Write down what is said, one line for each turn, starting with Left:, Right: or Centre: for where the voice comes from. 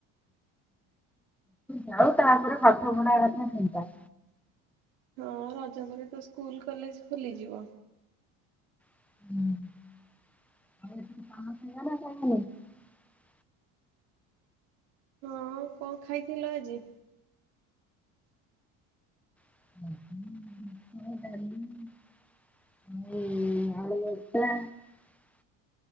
Centre: ଯାଉ ତାପରେ ପାଠ ପଢା କଥା ଚିନ୍ତା
Right: ହଁ ରଜ ପରେ ତ ସ୍କୁଲ କଲେଜ ଖୋଲିଯିବ
Centre: ହଁ
Right: ହଁ କଣ ଖାଇଥିଲ ଆଜି?
Centre: ହଁ ଆ ଏତ